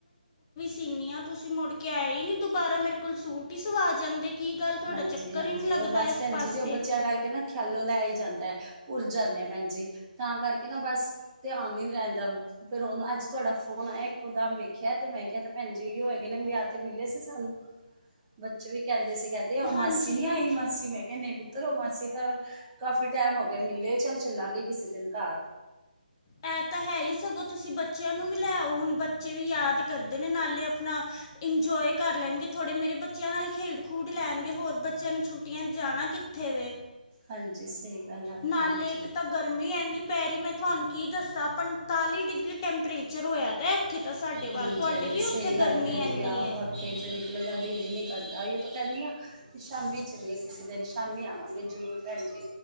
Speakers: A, on the left (about 30°); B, on the right (about 25°).
A: ਸੀਨੀਆਂ ਤੁਸੀਂ ਮੁੜ ਕੇ ਆਏ ਹੀ ਨੀ ਦੁਬਾਰਾ ਮੇਰੇ ਕੋਲ ਸੂਟ ਹੀ ਸਵਾ ਜਾਂਦੇ ਕੀ ਗੱਲ ਤੁਹਾਡਾ
B: ਹਾਂਜੀ
A: ਚੱਕਰ
B: ਹਾਂਜੀ
A: ਹੀ ਨਹੀਂ ਲੱਗਦਾ
B: ਉਹ ਬਸ
A: ਇਸ
B: ਭੈਣ
A: ਪਾਸੇ
B: ਜੀ ਜੀ ਉਹ ਬੱਚਿਆਂ ਕਰਕੇ ਨਾ ਖਿਆਲੋ ਲੈ ਹੀ ਜਾਂਦਾ ਭੁੱਲ ਜਾਂਦੇ ਆ ਭੈਣਜੀ ਤਾਂ ਕਰਕੇ ਨਾ ਬਸ ਧਿਆਨ ਨ ਰਹਿੰਦਾ ਫੇਿਰ ਉਹਨੂੰ ਅੱਜ ਤੁਹਾਡਾ ਫੋਨ ਆਇਆ ਇੱਕ ਉਦਮ ਵੇਖਿਆ ਤੇ ਮੈਂ ਕਿਹਾ ਭੈਣਜੀ ਹੈਗੇ ਨੇ ਵਿਆਹ ਤੇ ਮਿਲੇ ਸੀ ਸਾਨੂੰ ਬੱਚੇ ਵੀ ਕਹਿੰਦੇ ਸੀ ਕਹਿੰਦੇ ਉਹ ਮਾਸੀ
A: ਹਾਂਜੀ
B: ਨੀ
A: ਹਾਂਜੀ
B: ਆਈ ਮਾਸੀ ਮੈਂ ਕਿਹਾਹਿੰਦੇ ਪੁੱਤਰ ਉਹ ਮਾਸੀ ਤਾਂ ਕਾਫੀ ਟਾਈਮ ਹੋ ਗਿਆ ਮਿਲੇ। ਚੱਲ ਚੱਲਾਂਗੇ ਕਿਸੇ ਦਿਨ ਘਰ
A: ਇਹ ਤਾਂ ਹੈ ਹੀ ਸਗੋਂ ਤੁਸੀਂ ਬੱਚਿਆਂ ਨੂੰ ਵੀ ਲੈਓ ਹੁਣ ਬੱਚੇ ਵੀ ਯਾਦ ਕਰਦੇ ਨੇ। ਨਾਲੇ ਆਪਣਾ ਇੰਜੋਏ ਕਰ ਲੈਣਗੇ ਥੋੜੇ। ਮੇਰੇ ਬੱਚਿਆਂ ਨਾਲ ਖੇਡ ਖੂਡ ਲੈਣਗੇ। ਹੋਰ ਬੱਚਿਆਂ ਨੇ ਛੁੱਟੀਆਂ ਜਾਣਾ ਕਿੱਥੇ ਵੇ
B: ਹਾਂਜੀ ਸਹੀ ਗੱਲ ਆਖੀ
A: ਨਾਲੇ
B: ਹਾਂਜੀ
A: ਇੱਕ ਤਾਂ ਗਰਮੀ ਐਨੀ ਪੈ ਰਹੀ ਮੈਂ ਤੁਹਾਨੂੰ ਕੀ ਦੱਸਾਂ ਪੰ ਤਤਾਲੀ ਡਿਗਰੀ ਟੈਂਪਰੇਚਰ ਹੋਇਆ ਦਾ ਇੱਥੇ ਤਾਂ ਸਾਡੇ ਵੱਲ।
B: ਹਾਂਜੀ
A: ਤੁਹਾਡੇ
B: ਹਾਂਜੀ
A: ਵੀ
B: ਸਹੀ
A: ਉੱਥੇ
B: ਗੱਲ
A: ਗਰਮੀ
B: ਹੈ ਭੈਣ
A: ਇਨੀ
B: ਜੀ ਆਹੋ
A: ਹੈ
B: ਵਾਕਈ ਤੇ ਨਿਕਲਣ ਦਾ ਦਿਲ ਹੀ ਨਹੀਂ ਕਰਦਾ ਇਹ ਤਾਂ ਕਹਿੰਦੀ ਹ ਕਿ ਸ਼ਾਮ ਚਲੀਏ ਕਿਸੇ ਦਿਨ ਸ਼ਾਮੀ ਆਵਾਂਗੇ ਜਰੂਰ ਭੈਣ ਜੀ